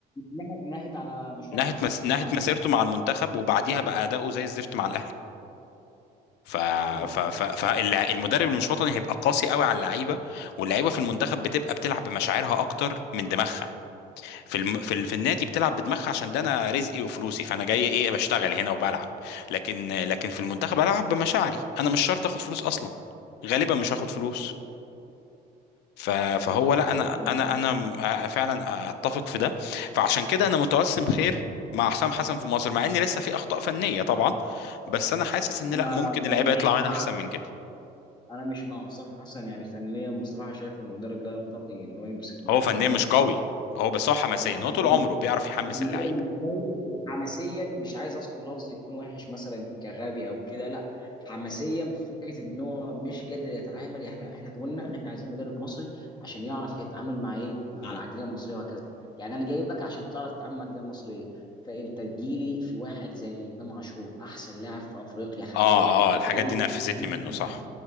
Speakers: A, on the left; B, on the left.
A: نه- نهت على مشوار
B: نهت
A: محمد
B: مس...
A: شريف
B: نهت
A: مع الاهلي
B: مسيرته مع المنتخب وبعديها بقى اداؤه زي الزفت مع الاهلي ف...
A: فعلا
B: ف... ف... فالمدرب اللي مش وطني هيبقى قاسي قوي على اللعيبه واللعيبه في المنتخب بتبقى بتلعب بمشاعرها اكتر من دماغها في الم... في, ال... في النادي بتلعب بدماغها عشان ده انا رزقي وفلوسي فانا جاي ايه بشتغل هنا وبلعب لكن لكن في المنتخب العب بمشاعري انا مش شرط اخد فلوس اصلا غالبا مش هاخد فلوس ف... فهو لا
A: بالظبط
B: انا
A: انا
B: انا انا م- فعلا اتفق في ده فعشان كده انا متوسم خير مع حسام حسن في مصر مع ان لسه في اخطاء فنيه طبعا بس انا حاسس ان لا
A: أنا
B: ممكن اللعيبه
A: مش
B: يطلع منها
A: مع
B: احسن من كده
A: انا مش مع حسام حسن يعني فنيا بصراحه شايف انه مدرب لا يرتقي انه يمسك منتخب
B: هو فنيا
A: مصر
B: مش قوي هو بس هو حماسيا
A: انا فنان
B: هو طول عمره بيعرف يحمس
A: فنيا
B: اللعيبه
A: متفوق وحماسيا مش عايز اذكر لفظ يكون وحش مثلا كغبي او كده لا حماسيا في فكره ان هو مش قادر يتعامل يعني احنا احنا قلنا ان احنا عايزين مدرب مصري عشان يعرف يتعامل مع ايه مع
B: مم.
A: العقليه المصريه وهكذا يعني انا جايبك عشان تعرف تتعامل مع العقليه المصريه فانت تجيلي في واحد زي امام عاشور احسن لاعب في افريقيا حاليا
B: اه اه الحاجات
A: تقول
B: دي نرفزتني
A: لي
B: منه صح